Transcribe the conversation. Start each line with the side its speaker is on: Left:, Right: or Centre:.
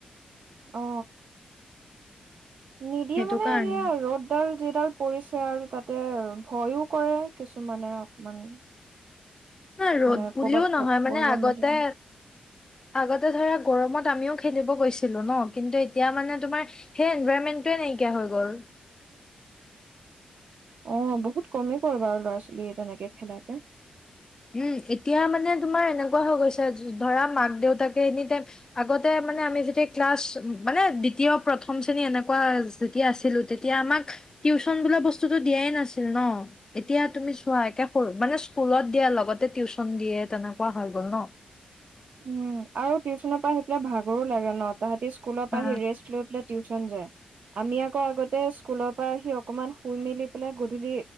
Right: অ নিদিয়ে
Left: সেইটো
Right: মানে
Left: কাৰণে
Right: এয়া ৰ'দ ডাল যিডাল পৰিছে আৰু তাতে ভয়ো কৰে কিছুমানে অকমান <inaudible>
Left: নাই ৰ'দ
Right: মানে
Left: বুলিও
Right: কৰ'বাত
Left: নহয় মানে
Right: পৰিব
Left: আগতে
Right: মেলিব
Left: আগতে ধৰা গৰমত আমিও খেলিব গৈছিলো ন কিন্তু এতিয়া মানে তোমাৰ সেই এনভাৰণমেণ্টোয়ে নাইকিয়া হৈ গ'ল।
Right: অ' বহুত কমি গল বাৰু ল'ৰা-ছোৱালী তেনেকে খেলাকে।
Left: উম, এতিয়া মানে তোমাৰ এনেকুৱা হৈ গৈছে ধৰা মাক-দেউতাকে এনি টাইম আগতে মানে আমি যেতিয়া ক্লাছ মানে দ্বিতীয়-প্ৰথম শ্ৰেণী এনেকুৱা। যেতিয়া আছিলোঁ তেতিয়া আমাক টিউচন বোলা বস্তুটো দিয়াই নাছিল ন, এতিয়া তুমি চোৱা একে সৰু মানে স্কুলত এতিয়া লগতে টিউচন দিয়ে তেনেকুৱা হৈ গ'ল ন।
Right: উম, আৰু টিউচনৰ পৰা আহি পেলাই ভাগৰো লাগে ন। তাহাঁতি স্কুলৰ
Left: হা
Right: পৰা আহি ৰেষ্ট লৈ পেলাই টিউচন যায়। আমি আকৌ আগতে স্কুলৰ পৰা আহি অকমান শুই মেলি পেলাই গধূলি